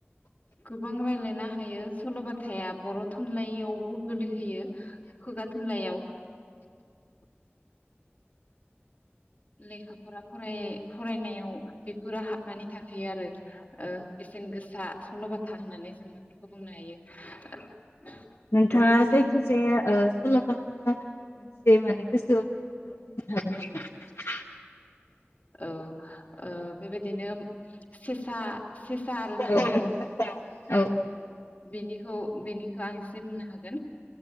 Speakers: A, on the left (about 35°); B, on the left (about 80°).
A: गोबां रायलायना हायो सल'बाथाया बर' थुनलाइयावबो गोलैहैयो खुगा थुनलाइयाव लेखाफोरा फराय फरायनायाव बेफोरो हाबनानै थाहैयो आरो ओ बेसेन गोसा सल'बाथा होननानै जों बेफोरखौ बुंनो हायो।
B: नोंथाङा
A: थ' बिदि
B: जायखिजाया ओ सल'बा था मोनसे माने गोसोआव दङब्ला बुंनो हागोन नामा?
A: औ ओ बेबायदिनो सेसा सेसा आरो
B: हागोन
A: खासेव
B: औ
A: बेनि त बेनिखौ आं एसे बुंनो हागोन।